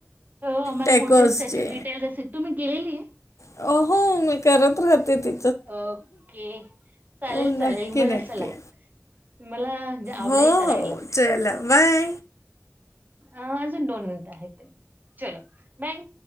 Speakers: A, on the right; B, on the left.
A: हो आम्हाला
B: टॅकोसचे
A: पुढचे त्याची डिटेल रस तुम्ही गेलेली
B: अ हो मी करत राहते ती.
A: ओके चालेल
B: नक्की
A: चालेल मला
B: नक्की
A: चला मला म्हणजे आवडेल
B: हो
A: करायला.
B: हो चला बाय.
A: अजून दोन मिनिटं आहेत तरी चलो बाय.